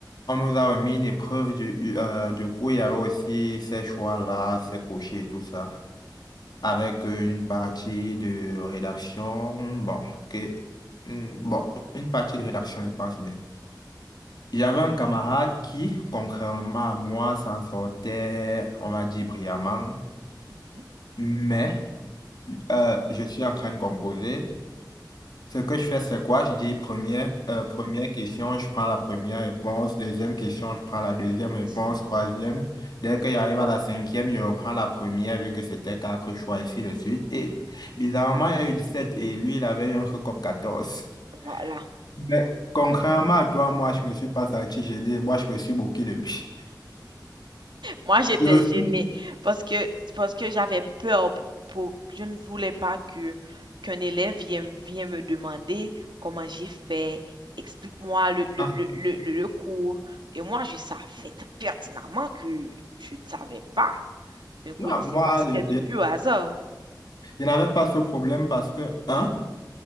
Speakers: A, on the left; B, on the right.
A: On nous a remis une épreuve, du, euh, du coup, il y avait aussi ces choix-là, ces cochers et tout ça, avec
B: mhm,
A: euh, une partie de rédaction, bon, que, hmm, bon, une partie de rédaction, je pense bien. Il y avait un camarade qui, contrairement à moi, s'en sortait, on va dire, brillamment,
B: mhm,
A: mais euh, je suis en train de composer. Ce que je fais, c'est quoi? Je dis première, euh, première question, je prends la première réponse. Deuxième question, je prends la deuxième réponse.
B: mhm.
A: Troisième. Dès que j'arrive à la cinquième, je reprends la première vu que c'était quatre choix, ainsi de suite. Et bizarrement, il y a eu 17 et lui, il avait eu un truc comme quatorze
B: Voilà.
A: Mais contrairement à toi, moi, je me suis pas sorti j'ai dit, moi, je me suis moqué de lui.
B: Moi, j'étais
A: Je me
B: gênée
A: suis-
B: parce que, parce que j'avais peur pour, pour- je ne voulais pas que, qu'un élève vienne, vienne me demander comment j'ai fait, explique-moi le, le,
A: Ah,
B: le, le, le- le cours. Et moi, je savais pertinemment que je ne savais pas. Je ne connaissais
A: Non, moi,
B: pas. C'était
A: je,
B: du
A: je-
B: pur hasard.
A: je n'avais pas ce problème parce que, hein?